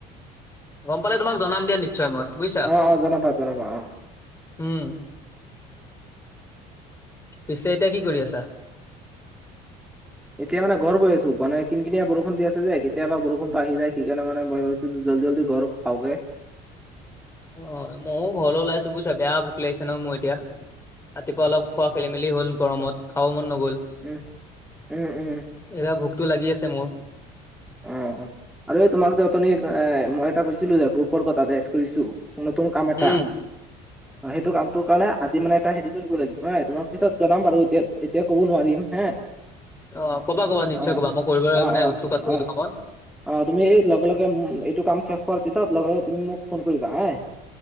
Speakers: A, on the left; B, in the centre.
A: গম পালে তোমাক জনাম দিয়া নিশ্চয় মই। বুজিছা
B: অ অ জনাবা জনাবা অ।
A: উম। পিছে এতিয়া কি কৰি আছা?
B: এতিয়া মানে ঘৰ গৈ আছো মানে কিন কিনিয়া বৰষুণ দি আছে যে কেতিয়া‌ বৰষুণটো আহি যায় সেইকাৰণে ভাবিছোঁ যে জল্দি - জল্দি ঘৰ আউকে
A: অ ময়ো ঘৰলৈ ওলাইছো বুজিছা বেয়া ভোক লাগিছে ন মোৰ এতিয়া। ৰাতিপুৱা অলপ খোৱা খেলি - মেলি হ'ল গৰমত খাব মন নগ'ল।
B: উম, উম উম।
A: এইয়া ভোকটো লাগি আছে মোৰ।
B: অ আৰু এই তোমাক যে উঠনি এ মই এটা কৈছিলো যে গ্ৰুপৰ কথাটো এড কৰিছোঁ। নতুন কাম এটা,
A: উম
B: অ সেইটো কামটোৰ কাৰণে আজি মানে এটা হেৰি কৰিব লাগিব। হয়, তোমাক পিছত জনাম বাৰু এতিয়া এতিয়া ক'ব নোৱাৰিম হে।
A: অ' ক'বা - ক'বা নিশ্চয়
B: অ
A: ক'বা মই কৰিবলৈ
B: অ
A: মানে
B: অ
A: উৎসুক আছো
B: অ
A: এইটো কামত।
B: অ' তুমি এই লগে - লগে উম এইটো কাম শেষ হোৱাৰ পিছত লগে - লগে তুমি মোক ফোন কৰিবা হাই,